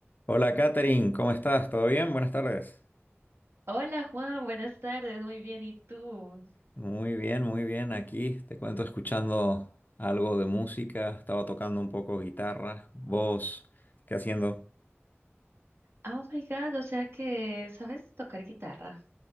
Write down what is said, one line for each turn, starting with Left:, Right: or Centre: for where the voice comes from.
Left: Hola Katherine, ¿cómo estás? ¿Todo bien? Buenas tardes.
Right: Hola Juan, buenas tardes, muy bien, ¿y tú?
Left: Muy bien, muy bien. Aquí te cuento escuchando algo de música. Estaba tocando un poco guitarra, voz. ¿Qué haciendo?
Right: Oh my God, o sea que sabes tocar guitarra.